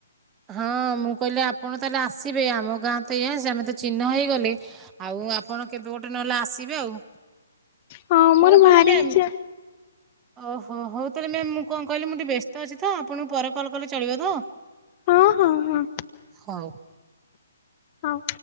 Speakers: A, on the right; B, on the left.
A: ହଁ ମୁଁ କହିଲି ଆପଣ ତାହେଲେ ଆସିବେ ଆମ ଗାଁ ତ ଇା ସେ ଆମେ ତ ଚିହ୍ନ ହେଇଗଲେ। ଆଉ ଆପଣ କେବେ ଗୋଟେ ନହେଲେ ଆସିବେ ଆଉ।
B: ହଁ
A: ହଉ
B: ମୋର
A: ତାହେଲେ
B: ଭାରି
A: ମ୍ୟାମ୍
B: ଇଚ୍ଛା
A: ଓହୋ ହଉ ତାହେଲେ ମ୍ୟାମ୍ ମୁଁ କଣ କହିଲି ମୁଁ ଟିକେ ବ୍ୟସ୍ତ ଅଛି ତ ଆପଣଙ୍କୁ ପରେ କଲ୍ କଲେ ଚଳିବ ତ?
B: ହଁ ହଁ ହଁ
A: ହିଁ।
B: ହଁ।